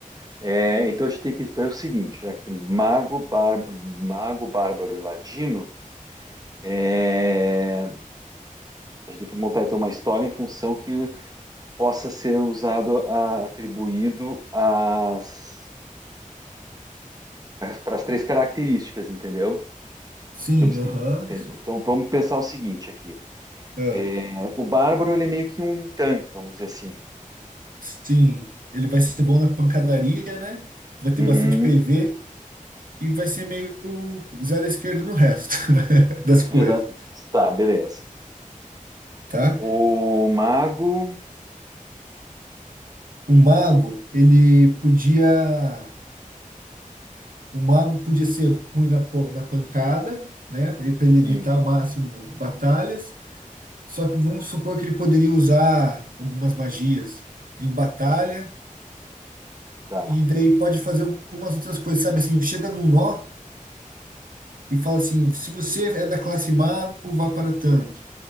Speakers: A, on the right (about 25°); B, on the right (about 80°).
A: É, então a gente tem que fazer o seguinte, já que tem mago, bar- mago, bárbaro e ladino, é, a gente tem que montar então uma história em função que possa ser usado, a- atribuído às, para as três características, entendeu?
B: Sim,
A: Temos que,
B: aham.
A: entendeu? Então vamos pensar o seguinte aqui.
B: Ah,
A: É, o bárbaro ele é meio que um tanque, vamos dizer assim.
B: sim, ele vai ser bom na pancadaria, né? Vai ter
A: Uhum,
B: bastante PV. e vai ser meio zero à esquerda no resto <laughs> das coisas,
A: exato. Tá, beleza.
B: tá?
A: O mago,
B: O mago, ele podia, o mago podia ser ruim na, po- na pancada, né? Para ele
A: sim,
B: evitar ao máximo batalhas. Só que vamos supor que ele poderia usar algumas magias em batalha
A: tá,
B: e daí pode fazer algumas outras coisas, sabe assim, chega num nó e fala assim, se você é da classe mago, vá para tanto.